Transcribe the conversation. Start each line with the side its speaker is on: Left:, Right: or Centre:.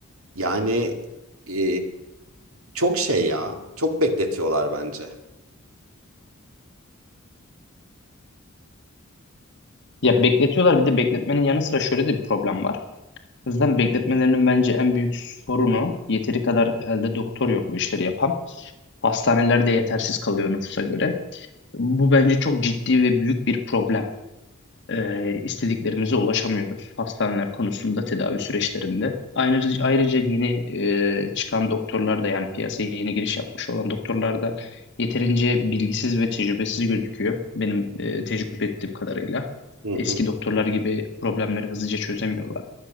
Right: yani e, çok şey ya çok bekletiyorlar bence.
Left: Ya bekletiyorlar bir de bekletmenin yanı sıra şöyle de bir problem var. O yüzden bekletmelerinin bence en büyük sorunu yeteri kadar elde doktor yok bu işleri yapan. Hastanelerde yetersiz kalıyor nüfusa göre. Bu bence çok ciddi ve büyük bir problem. e, istediklerimize ulaşamıyoruz hastaneler konusunda tedavi süreçlerinde. Ayrıca, ayrıca yeni e, çıkan doktorlar da yani piyasaya yeni giriş yapmış olan doktorlar da yeterince bilgisiz ve tecrübesiz gözüküyor benim e, tecrübe ettiğim kadarıyla.
Right: Hı hı,
Left: Eski doktorlar gibi problemleri hızlıca çözemiyorlar.